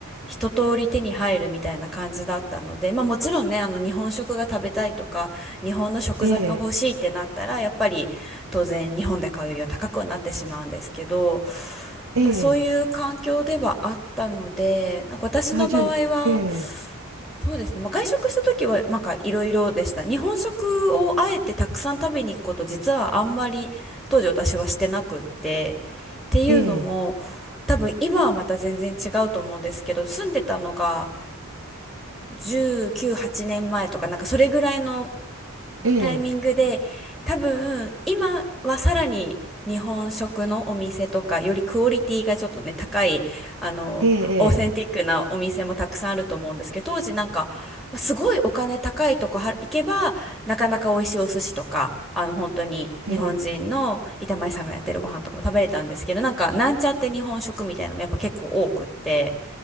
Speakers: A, in the centre; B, on the right.
A: 一通り手に入るみたいな感じだったので、まあ、もちろんね、あの日本食が食べたいとか、日本の食材が欲しいってなったら、
B: ええ、
A: やっぱり当然日本で買うよりは高くはなってしまうんですけど、
B: ええ、
A: まあ、そういう環境ではあったので、なんか私の場合は、
B: あ、じゃあ、ええ、
A: そうですね、まあ、外食した時はなんかいろいろでした。日本食をあえてたくさん食べに行くこと実はあんまり当時私はしてなくってっていうのも
B: ええ、
A: 多分今はまた全然違うと思うんですけど住んでたのが19、8年前とかなんかそれぐらいの
B: ええ、
A: タイミングで多分今はさらに日本食のお店とかよりクオリティがちょっとね高いあのオーセンティックなお店もたくさんあると思うんですけど当時なんかまあすごいお金高いとこは行けばなかなか美味しいお寿司とかあの本当に日本人の板前さんがやってるご飯とかも食べれたんですけどなんかなんちゃって日本食みたいなのもやっぱ結構多くって。
B: ええ、ええ、